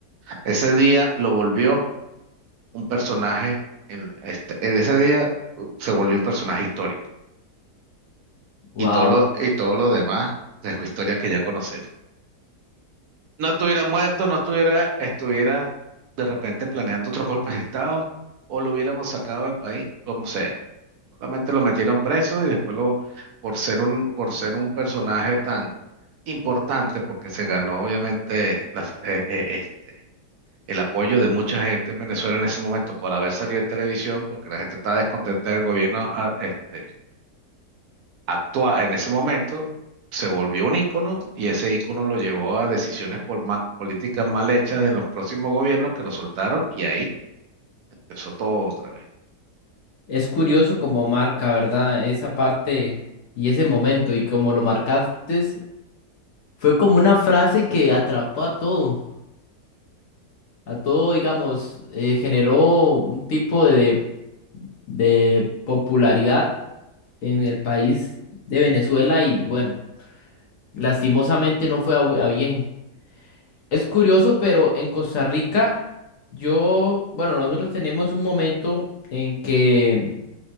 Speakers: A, on the right; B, on the left.
A: Ese día lo volvió un personaje, en, este, en ese día uh, se volvió un personaje histórico.
B: Wow.
A: Y todo lo, y todo lo demás es historia que ya conocemos. No estuviera muerto, no estuviera, estuviera de repente planeando otros golpes de Estado, o lo hubiéramos sacado del país, como sea. Solamente lo metieron preso y después lo, por ser un, por ser un personaje tan importante, porque se ganó obviamente las- eh, eh, eh, el apoyo de mucha gente en Venezuela en ese momento por haber salido en televisión, porque la gente estaba descontenta del gobierno a- este, actual en ese momento, se volvió un ícono y ese ícono lo llevó a decisiones por ma- políticas mal hechas en los próximos gobiernos que lo soltaron y ahí empezó todo otra vez.
B: Es curioso como marca, ¿verdad? Esa parte y ese momento y como lo marcaste, fue como una frase que atrapó a todo. A todo, digamos, eh, generó un tipo de de popularidad en el país de Venezuela y bueno, lastimosamente no fue a, bu- a bien. Es curioso, pero en Costa Rica, yo, bueno, nosotros tenemos un momento en que